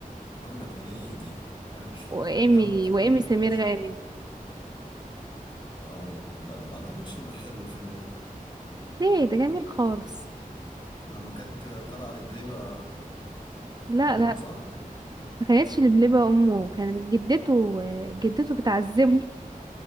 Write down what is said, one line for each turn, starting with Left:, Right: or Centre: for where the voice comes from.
Left: محمد هنيدي أنا مش فاكره
Right: وايمي
Left: لا بتديله
Right: وايمي سمير
Left: فرصة حلوة.
Right: غانم
Left: اه لا ما أعتقدش إنه حلو الفيلم ده
Right: ليه ده جميل خالص
Left: لما كانت طالعة لبلبة
Right: لا
Left: أمه
Right: لا
Left: صح؟
Right: ما كانتش لبلبه امه كانت جدته جدته بتعذبه <laughs>